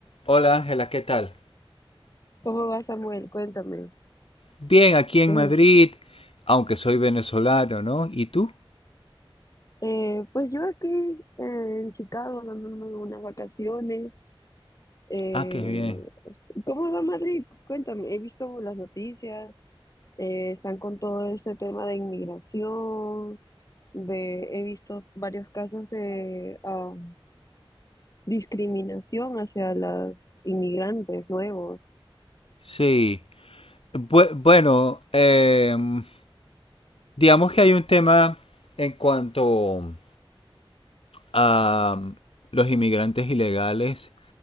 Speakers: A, on the left; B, on the left.
A: Hola Ángela, ¿qué tal?
B: ¿Cómo va Samuel? Cuéntame.
A: Bien, aquí en
B: Ujú.
A: Madrid, aunque soy venezolano, ¿no? ¿Y tú?
B: Eh, pues yo aquí eh, en Chicago dándome unas vacaciones. Eh,
A: Ah, qué bien.
B: ¿cómo va Madrid? Cuéntame. He visto las noticias. eh, están con todo ese tema de inmigración. De, he visto varios casos de ah, discriminación hacia los inmigrantes nuevos,
A: Sí. Bu- bueno, em, digamos que hay un tema en cuanto a mm, los inmigrantes ilegales